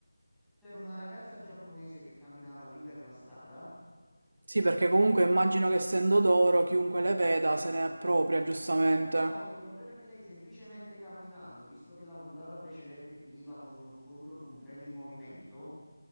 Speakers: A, in the centre; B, on the right.
A: c'era una ragazza giapponese che camminava lì per la strada.
B: Sì, perché comunque immagino che essendo d'oro chiunque le veda se ne appropria, giustamente.
A: No, il problema è che lei semplicemente camminando, visto che la puntata precedente finiva con uno scontro su un treno in movimento,